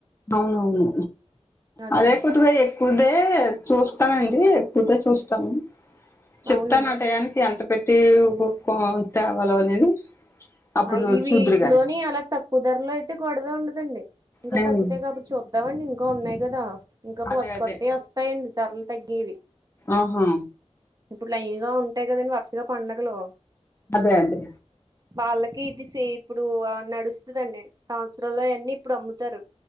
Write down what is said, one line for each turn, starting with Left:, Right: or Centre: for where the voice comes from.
Left: అవునువును
Right: అదేనండి
Left: అదే కుద్దుగా ఎ పోతే చూస్తానండీ, పొతే చూస్తాను, చెప్తాను
Right: అవునండి
Left: అటయాన్కి ఎంత. పెట్టే బొప్పావ్ తేవలో అనేది అప్పుడు
Right: అ ఇవీ
Left: చూద్దురు
Right: ఈట్లోని
Left: గాని
Right: అలా త కుదర్లో అయితే గొడవే ఉండదండి, ఇంకా
Left: హ్మ్.
Right: తగ్గుతాయ్ గాబట్టి చూద్దామండి ఇంకా ఉన్నాయ్ గదా. ఇంకా కొత్తకొత్త
Left: అదే అదే
Right: వస్తాయండి ధరలుతగ్గేవి
Left: ఆహా
Right: ఇప్పుడు లైన్ గా ఉంటాయి గదండి వరుసగా పండగలూ
Left: అదే అంటె
Right: వాళ్ళకీ ఇది సే ఇప్పుడు ఆ నడుస్తదండి సంవచ్చరంలోయన్నీ ఇప్పుడు అమ్ముతారు.